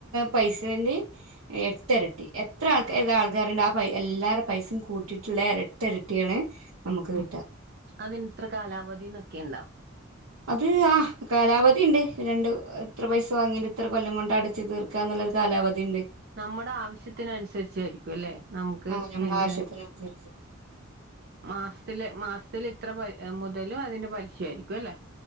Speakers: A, on the right; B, on the right.
A: പൈസന്റിം എട്ടരട്ടി എ എത്ര ആൾക്കാർ ഏത ആൾക്കാരുണ്ട് ആ പ എല്ലാവരുടെ പൈസയും കൂട്ടിയിട്ടുള്ള ഇരട്ട ഇരട്ടിയാണ് നമുക്ക്
B: ആഹ്
A: കിട്ടാ
B: അതിന് ഇത്ര കാലാവധിന്നൊക്കെ ഉണ്ടോ
A: അത് ആ കാലാവധിണ്ട് രണ്ട് എത്ര പൈസ വാങ്ങി ഇത്ര കൊല്ലം കൊണ്ട് അടച്ച് തീർക്കാ എന്നുള്ളൊരു കാലാവധി ഉണ്ട്
B: നമ്മുടെ ആവശ്യത്തിന അനുസരിച്ചായിരിക്കും അല്ലെ നമുക്ക്
A: ആഹ്
B: അതിന്റെ
A: <unintelligible>
B: മാസത്തില് മാസത്തില് ഇത്ര പ മുതലും അതിന്റെ പലിശ ആയിരിക്കും അല്ലേ?